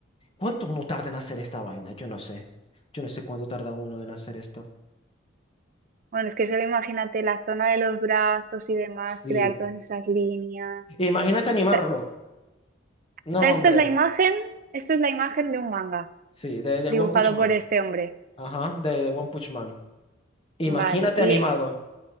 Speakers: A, on the left (about 30°); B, on the right (about 45°).
A: ¿cuánto uno tarda en hacer esta vaina? Yo no sé. Yo no sé cuánto tarda uno en hacer esto.
B: Bueno, es que solo imagínate la zona de los brazos y demás,
A: Sí.
B: crear todas esas líneas.
A: Imagínate animarlo.
B: O sea,
A: No,
B: o sea, esta
A: hombre.
B: es la imagen, esto es la imagen de un manga
A: Sí, de, del
B: dibujado
A: One Punch Man.
B: por este hombre.
A: Ajá, de, de One Punch Man. Imagínate
B: Vale. Y,
A: animado.